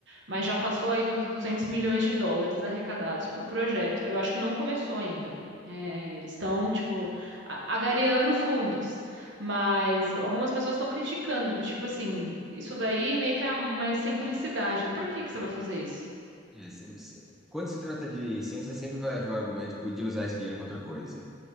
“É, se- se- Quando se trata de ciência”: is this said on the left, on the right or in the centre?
Centre